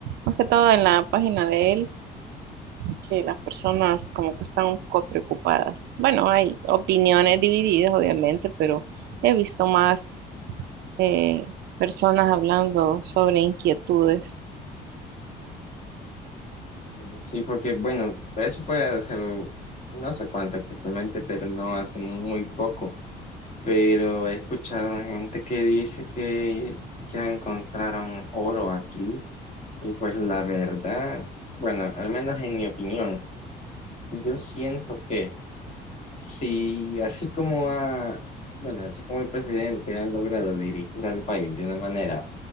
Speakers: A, on the right; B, on the left.
A: más que todo en la página de él, que las personas como que están un poco preocupadas. Bueno, hay opiniones divididas, obviamente, pero he visto más eh, personas hablando sobre inquietudes.
B: Ujú. Sí, porque, bueno, eso fue hace, no sé cuánto exactamente, pero no hace muy poco. Pero he escuchado gente que dice que ya encontraron oro aquí y pues la verdad, bueno, al menos en mi opinión, yo siento que... Si así como ha, bueno, así como el presidente ha logrado dirigir al país de una manera,